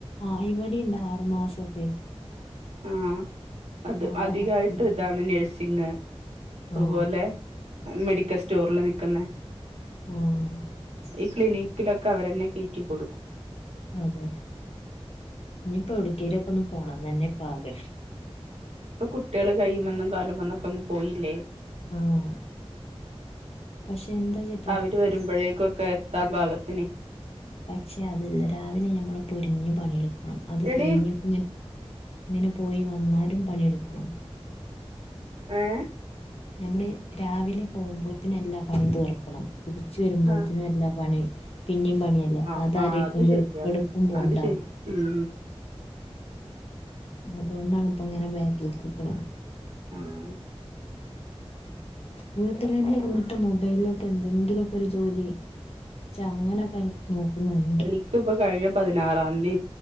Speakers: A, on the left (about 65°); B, on the right (about 85°).
A: ആഹ് ഇവടിം ഇണ്ട് ആറുമാസൊക്കെ
B: ആഹ് അത്
A: ആ ആറ്
B: അധികായിട്ട്
A: മാസത്തിനൊക്കെ
B: ഇതാണ് നഴ്സിങ് അതുപോലെ
A: ആ
B: മെഡിക്കെ സ്റ്റോറില് നിക്ക്ന്നേ
A: ആഹ്
B: ഈ ക്ലിനിക്കിലൊക്കെ അവരെന്നെ കേറ്റി കൊടുക്കും.
A: അതെ ഇനിയിപ്പോ എവുടെക്കെലൊക്കെ ഒന്ന് പോണം തെന്നെ ഇപ്പോ ആഗ്രഹം.
B: ഇപ്പൊ കുട്ട്യാളെ കയ്യ്മന്നും കാലുംമ്മന്നൊക്കെ അങ് പോയിലേ
A: ആഹ് പക്ഷെ എന്താചാല്
B: അവര് വരുമ്പോഴേക്കൊക്കെ എതാം ബാഗത്തിന്
A: പക്ഷെ അതല്ല രാവിലെ ഞമ്മള് പൊരിഞ്ഞു പണിയെടുക്കണം അത്
B: എടി
A: കെഴഞ്ഞു ഇങ്ങ ഇങ്ങനെ പോയി വന്നാലും പണിയെടുക്കണം.
B: ഹെ
A: ഞമ്മള് രാവിലെ പോകുമ്പോൾത്തിന് എല്ലാം പണി തീർക്കണം. തിരിച്ച് വരുമ്പോത്തിനു
B: ആ
A: എല്ലാം പണി പിന്നിം പണിയ ല്ലെ അപ്പത്
B: ആ ആ
A: അലോയിക്കുമ്പോ
B: അത് ശരിയാണ്
A: എവ്ട്ക്കും പോണ്ടാന്ന്.
B: അത് ശരി ഉം
A: അതോണ്ടാണ് ഇപ്പ ഇങ്ങനെ ബാക്ക്ക് ന്നിക്ക്ണ്.
B: ഉം
A: വീട്ടിലെന്നെ ഇരുന്നിട്ട് മൊബൈലിലൊക്കെ എന്തെങ്കിലൊക്കെ ഒരു ജോലി ച്ചാ അങ്ങനെക്കെ നോക്കുന്ന്ണ്ട്.
B: ത് ഇപ്പൊ കഴിയ പതിനാറാംന്തി